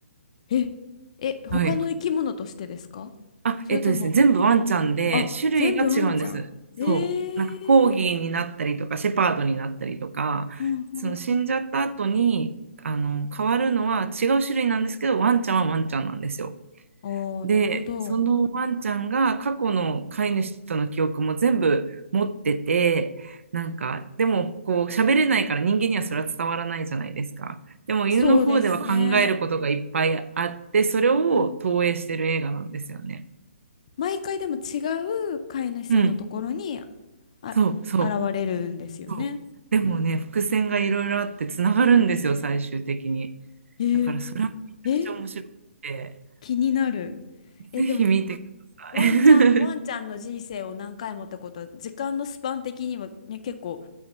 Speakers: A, on the left; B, on the right.
A: え、え、他の生き物としてですか
B: はい。あ、
A: それとも、
B: えっとですね、全部ワンちゃんで種類が違うんです。
A: あ、全部ワンちゃん。えー。
B: そう。なんかコーギーになったりとか、シェパードになったりとか、
A: うんうんうん。
B: その死んじゃった後に、あの、変わるのは違う種類なんですけど、ワンちゃんはワンちゃんなんですよ。
A: おー、
B: で、
A: なるほど。
B: そのワンちゃんが過去の飼い主との記憶も全部持ってて、なんか、でもこう喋れないから人間にはそれは伝わらないじゃないですか。でも犬の方では考えることがいっぱいあって、
A: そうですね。
B: それを投影してる映画なんですよね。
A: うん。毎回でも違う飼い主さんのところに、
B: うん、
A: あ、
B: そうそ
A: 現れるんですよね。
B: うそう。でもね、伏線がいろいろあってつながるんですよ、最終的に。
A: えー、
B: だからそれはめちゃくちゃ面白くて、
A: え、気になる。え、
B: ぜひ見てく
A: でも、ワンちゃん、
B: ださい。<laughs>
A: ワンちゃんの人生を何回もってことは、時間のスパン的にはね、結構